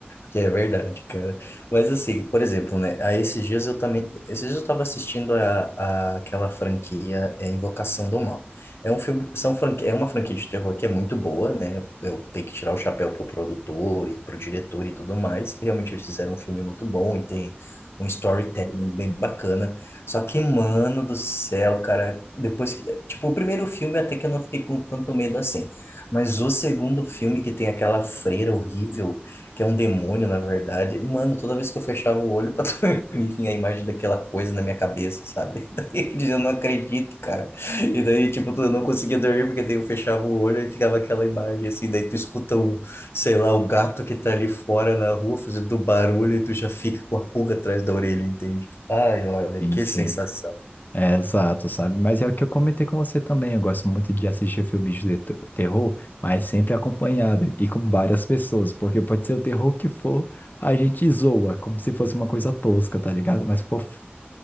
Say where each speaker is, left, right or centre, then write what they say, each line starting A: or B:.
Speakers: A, on the left; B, on the left.
A: Que é verdade, cara. Mas assim, por exemplo, né? Aí esses dias eu também. Esses dias eu tava assistindo a, a- aquela franquia é, Invocação do Mal. É um filme. São franqui, é uma franquia de terror que é muito boa, né? Eu tenho que tirar o chapéu pro produtor e pro diretor e tudo mais, que realmente eles fizeram um filme muito bom e tem um storytelling bem bacana. Só que, mano do céu, cara, depois que. Tipo, o primeiro filme até que eu não fiquei com tanto medo assim. Mas o segundo filme que tem aquela freira horrível, que é um demônio, na verdade, mano, toda vez que eu fechava o olho pra <laughs> dormir, vinha a imagem daquela coisa na minha cabeça, sabe? <laughs> Daí eu dizia, eu não acredito, cara. E daí, tipo, eu não conseguia dormir, porque daí eu fechava o olho e ficava aquela imagem, assim, daí tu escuta um, sei lá, o gato que tá ali fora na rua fazendo barulho e tu já fica com a pulga atrás da orelha, entende? Ai, olha,
B: Sim,
A: que
B: sim.
A: sensação.
B: É, exato, sabe? Mas é o que eu comentei com você também. Eu gosto muito de assistir filmes de te- terror, mas sempre acompanhado e com várias pessoas, porque pode ser o terror que for, a gente zoa, como se fosse uma coisa tosca, tá ligado? Mas por f-